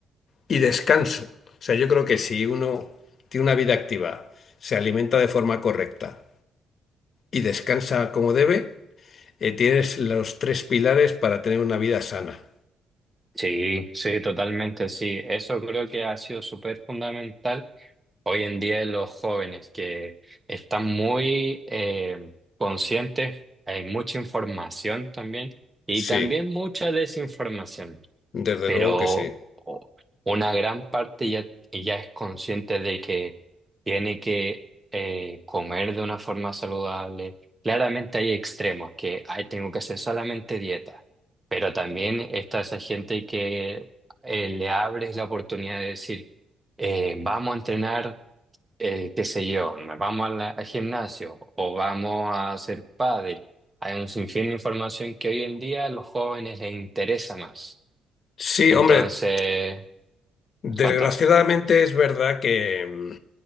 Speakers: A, on the left (about 55°); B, on the right (about 20°).
A: y descanso. O sea, yo creo que si uno tiene una vida activa, se alimenta de forma correcta y descansa como debe, eh, tienes los tres pilares para tener una vida sana.
B: Sí, sí, totalmente, sí. Eso creo que ha sido súper fundamental. Hoy en día los jóvenes que están muy eh, conscientes, hay mucha información también y
A: Sí,
B: también mucha desinformación.
A: desde
B: pero
A: luego que sí.
B: o- una gran parte ya, ya es consciente de que tiene que eh, comer de una forma saludable. Claramente hay extremos que "Ay, tengo que hacer solamente dieta, pero también está esa gente que eh, le abres la oportunidad de decir, eh, vamos a entrenar, eh, qué sé yo, vamos a la- al gimnasio o vamos a hacer pádel. Hay un sinfín de información que hoy en día a los jóvenes les interesa más.
A: Sí,
B: Entonces,
A: hombre, Desgraciadamente
B: cuéntame.
A: es verdad que, mm,